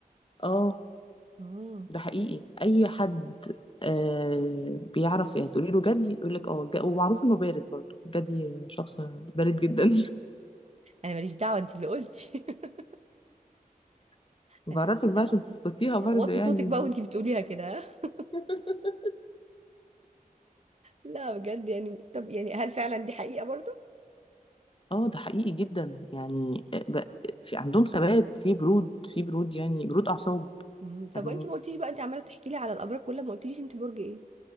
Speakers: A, on the left; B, on the right.
A: اه
B: امم
A: ده حقيقي اي حد آه بيعرف يعني تقولي له جدي يقول لك اه ج- ومعروف انه بارد برضو جدي شخص بارد جدا
B: انا ماليش دعوة انت اللي قلتي <laughs>
A: <laughs> بعرفك
B: انا ماليش
A: بقى
B: دعوة
A: عشان تسقطيها برضو
B: وطي
A: يعني
B: صوتك بقى وانت بتقوليها كده <laughs> ها؟
A: <laughs>
B: لا بجد يعني طب يعني هل فعلا دي حقيقة برضو
A: اه ده حقيقي جدا يعني آه، ب... في عندهم ثبات في برود في برود يعني برود اعصاب
B: مم. طب
A: فاهماني
B: انت ما قلتيش بقى انت عمالة تحكي لي على الابراج كلها ما قلتيش انت برج ايه